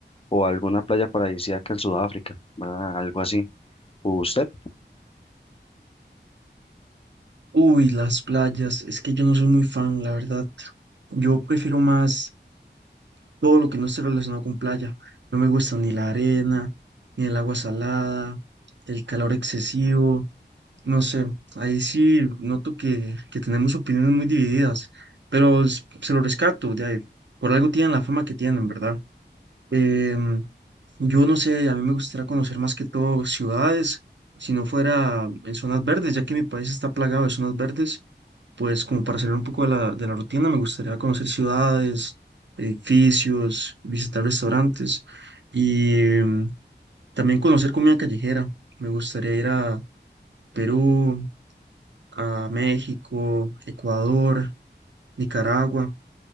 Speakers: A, on the left; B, on the right.
A: o alguna playa paradisíaca en Sudáfrica, ¿verdad? Algo así. ¿Usted?
B: Uy, las playas. Es que yo no soy muy fan, la verdad. Yo prefiero más todo lo que no esté relacionado con playa. No me gusta ni la arena, ni el agua salada, el calor excesivo. No sé, ahí sí noto que, que tenemos opiniones muy divididas, pero s- se lo rescato, de ahí, por algo tienen la fama que tienen, ¿verdad? Em, yo no sé, a mí me gustaría conocer más que todo ciudades, si no fuera en zonas verdes, ya que mi país está plagado de zonas verdes, pues como para salir un poco de la, de la rutina, me gustaría conocer ciudades, edificios, visitar restaurantes y em, también conocer comida callejera. Me gustaría ir a Perú a México, Ecuador, Nicaragua.